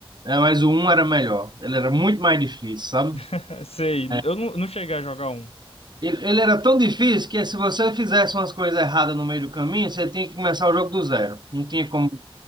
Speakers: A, on the right; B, on the left.
A: é, mas o um era melhor. Ele era muito mais difícil, sabe?
B: <laughs> Sei,
A: É.
B: eu não, não cheguei a jogar um,
A: Ele, ele era tão difícil que se você fizesse umas coisas erradas no meio do caminho, você tinha que começar o jogo do zero. Não tinha como